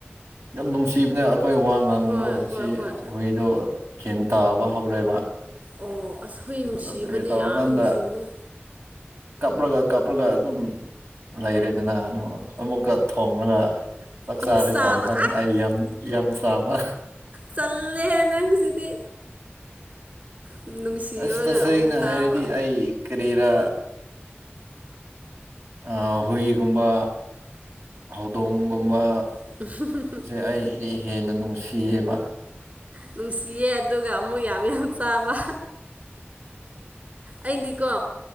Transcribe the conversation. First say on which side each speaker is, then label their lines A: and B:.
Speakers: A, on the right; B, on the right.
A: ꯌꯥꯝ ꯅꯨꯡꯁꯤꯕꯅꯦ ꯑꯈꯣꯏ ꯋꯥ ꯉꯥꯡꯕꯗꯣ
B: ꯍꯣꯏ ꯍꯣꯏ
A: ꯁꯤ
B: ꯍꯣꯏ
A: ꯍꯨꯏ ꯒ꯭ꯌꯥꯟ ꯇꯥꯕ ꯍꯧꯔꯦꯕ
B: ꯑꯣ ꯑꯁ ꯍꯨꯏ ꯅꯨꯡꯁꯤꯕꯗꯤ
A: ꯑꯗꯣ ꯀꯔꯤ ꯇꯧꯔꯀꯥꯟꯗ
B: ꯌꯥꯝ ꯅꯨꯡꯁꯤꯕꯅꯦ
A: ꯀꯞꯔꯒ ꯀꯞꯔꯒ ꯑꯗꯨꯝ ꯂꯩꯔꯦꯗꯅ ꯑꯃꯨꯛꯀ ꯊꯣꯡꯂꯒ ꯆꯥꯛ
B: ꯑꯃꯨꯛ
A: ꯆꯥꯔꯦ
B: ꯆꯥꯕ
A: ꯇꯧꯔꯀꯥꯟ ꯑꯩ ꯌꯥꯝ ꯌꯥꯝ ꯆꯥꯕ
B: ꯆꯜꯂꯤꯍꯦ ꯅꯪꯁꯤꯗꯤ ꯅꯨꯡꯁꯤꯕꯒ
A: ꯑꯁ ꯇꯁꯦꯡꯅ
B: ꯑꯃꯨꯛ ꯆꯥꯕ
A: ꯍꯥꯏꯔꯗꯤ ꯑꯩ ꯀꯔꯤꯔꯥ ꯑꯥ ꯍꯨꯏꯒꯨꯝꯕ ꯍꯧꯗꯣꯡꯒꯨꯝꯕ
B: <inaudible>
A: ꯁꯦ ꯑꯩꯗꯤ ꯍꯦꯟꯅ ꯅꯨꯡꯁꯤꯌꯦꯕ
B: ꯅꯨꯡꯁꯤꯌꯦ ꯑꯗꯨꯒ ꯑꯃꯨꯛ ꯌꯥꯝ ꯌꯥꯝ ꯆꯥꯕ ꯑꯩꯗꯤꯀꯣ